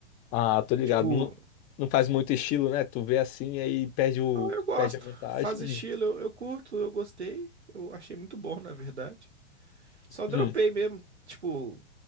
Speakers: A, on the left; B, on the right.
A: Ah, tô ligado.
B: Tipo,
A: Não, não faz muito estilo, né? Tu vê assim e aí perde o,
B: não, eu gosto.
A: perde a vantagem.
B: Faz estilo,
A: Hum,
B: eu, eu curto, eu gostei. Eu achei muito bom, na verdade. Só dropei
A: hum.
B: mesmo. Tipo,